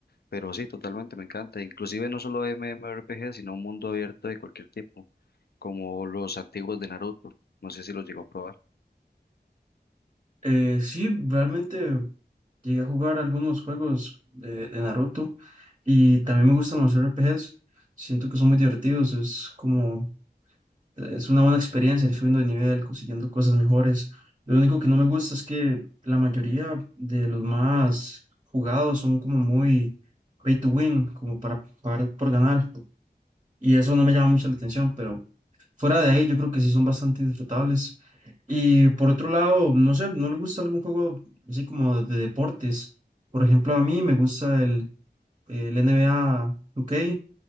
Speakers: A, on the left (about 65°); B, on the right (about 30°).
A: Pero sí, totalmente, me encanta. Inclusive no solo MMORPG, sino un mundo abierto de cualquier tipo, como los antiguos de Naruto. No sé si los llegó a probar.
B: Eh, sí, realmente llegué a jugar algunos juegos de, de Naruto y también me gustan los RPGs. Siento que son muy divertidos, es como Es una buena experiencia ir subiendo de nivel, consiguiendo cosas mejores. Lo único que no me gusta es que la mayoría de los más jugados son como muy pay to win, como para pagar por ganar. Y eso no me llama mucho la atención, pero fuera de ahí yo creo que sí son bastante disfrutables. Y por otro lado, no sé, ¿no le gusta algún juego así como de deportes? Por ejemplo, a mí me gusta el, el N NBA 2K,